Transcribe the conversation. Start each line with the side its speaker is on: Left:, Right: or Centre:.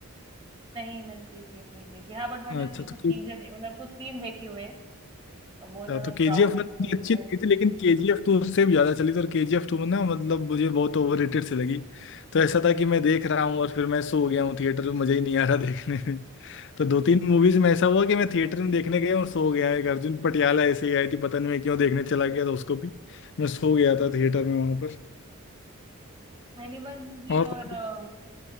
Right: नहीं, मैंने केजीएफ नहीं देखी। हाँ, बट मैंने
Left: अच्छा
Right: उसकी
Left: तो
Right: कुछ चीज़ें दे मतलब कुछ सीन देखे हुए हैं और बहुत
Left: अच्छा
Right: ज़्यादा
Left: तो के
Right: प्राउड
Left: जी एफ वन
Right: फ़िल्म
Left: मुझे अच्छी लगी
Right: है।
Left: थी लेकिन के जी एफ टू उससे भी ज्यादा चली थी और के जी एफ टू में ना मतलब मुझे बहुत ओवर रेटेड सी लगी तो ऐसा था कि मैं देख रहा हूँ और फिर मैं सो गया हूँ थिएटर में मजा ही नहीं आ रहा <laughs> देखने में तो दो तीन मूवीज में ऐसा हुआ कि मैं थिएटर में देखने गया और सो गया एक अर्जुन पटियाला ऐसे ही आई थी पता नहीं मैं क्यों देखने चला गया था उसको भी मैं सो गया था थिएटर में वहां पर
Right: एनिमल मूवी
Left: और तो-
Right: और अ,